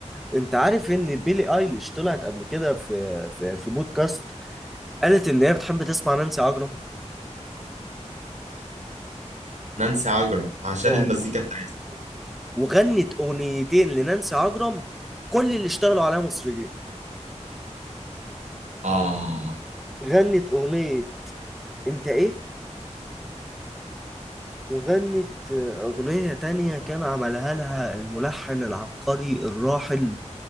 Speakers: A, in the centre; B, on the right (about 75°).
A: انت عارف ان بيلي ايليش طلعت قبل كده في في في بودكاست قالت ان هي بتحب تسمع نانسي عجرم
B: نانسي عجرم عشان
A: اه
B: المزيكا بتاعتها
A: وغنت اغنيتين لنانسي عجرم كل اللي اشتغلوا عليها مصريين
B: اه
A: غنت اغنية انت ايه وغنت أغنية تانية كان عملها لها الملحن العبقري الراحل